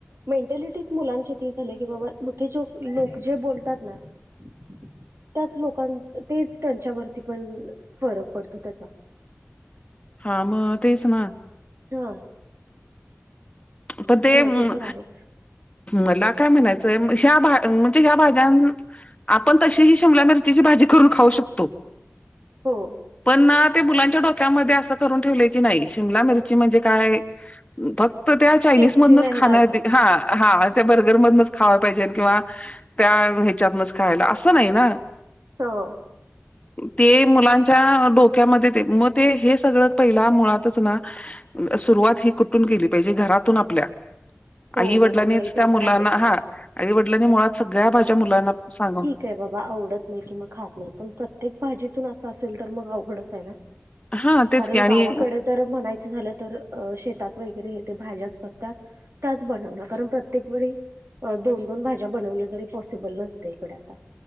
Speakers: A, on the right; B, on the left.
A: मेंटलिटीच मुलांची ती झाल्या की बाबा मोठी जोक लोक जे बोलतात ना त्याच लोकांच तेच त्यांच्यावरती पण फरक पडतो त्याचा.
B: हा मग तेच ना?
A: हा.
B: प ते
A: नाही
B: म
A: तर आहेच.
B: मला काय म्हणायचंय ह्या भा म्हणजे ह्या भाज्यान् आपण तशीही शिमला मिरचीची भाजी करून खाऊ शकतो.
A: हो.
B: पण ना ते मुलांच्या डोक्यामध्ये असं करून ठेवलय की नाही शिमला मिरची म्हणजे काय फक्त त्या चायनीज
A: टेस्टी
B: मधनच
A: नाही
B: खाण
A: लागणार.
B: हाय ते हा. हा त्या बर्गरमधनच खावाय पाहिजेल किंवा त्या ह्याच्यातनच खायला, असं नाई ना.
A: हो.
B: ते मुलांच्या डोक्यामध्ये ते मग ते हे सगळं पहिला मुळातच ना? सुरुवात ही कुठून केली पाहिजे? घरातून आपल्या.
A: हो
B: आई
A: हो
B: वडिलांनीच
A: हो नाही ते
B: त्या मुलांना
A: तर आहेच.
B: हा आई वडिलांनी मुळात सगळ्या भाज्या मुलांना सांगून
A: ते बाबा आवडत नाही कि मग खात नाही पण प्रत्येक भाजीतून असं असेल तर मग अवघडच आहे ना?
B: हां, तेच
A: कारण
B: की आणि
A: गावाकडे तर म्हणायचं झालं तर अ शेतात वगैरे हे ते भाज्या असत्यात त्या त्याच बनवणार. कारण प्रत्येक वेळी दोन दोन भाज्या बनवल्या तरी पॉसिबल नसतय इकडे आता.